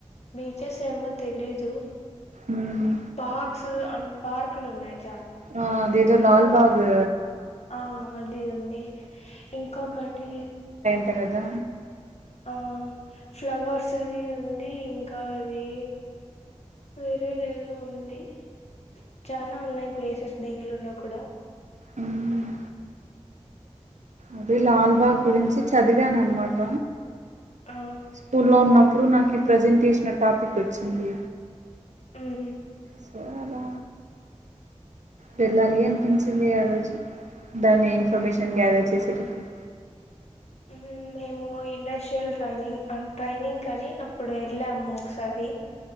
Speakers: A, on the left; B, on the right.
A: బీచెస్ ఏమో తెలీదు
B: మ్మ్
A: పార్క్స్ అంట పార్కులు ఉన్నయి
B: ఆ అదె జు లాన్ బాగు
A: ఆ అది ఉంది ఇంకొకటి
B: అంటే గదా
A: ఆ ఫ్లవర్స్ది ఉండి ఇం కారి వేరే దేదో ఉంది చాన ఉన్నయి ప్లేసెస్ బెంగ్ళూరులో కూడా
B: మ్మ్ అదే లాల్ బా గురించి చదివాను అన్మాట
A: ఆ
B: స్కూల్లో ఉన్నప్పు ప్పుడు నాకీ ప్రజెంటేషన్ టాపిక్ వచ్చింది
A: అవును
B: సో అలా వెళ్ళాలి అనిపించింది ఆ రోజు దాన్ని ఇన్ఫర్మేషన్ గ్యాదర్ చేసేటప్పుడు
A: ఉమ్ మేము ఇండస్ట్రియల్ ట్రైనింగ్ అం ట్రైనింగ్ కాని అప్పుడు వెళ్ళాము ఒకసారి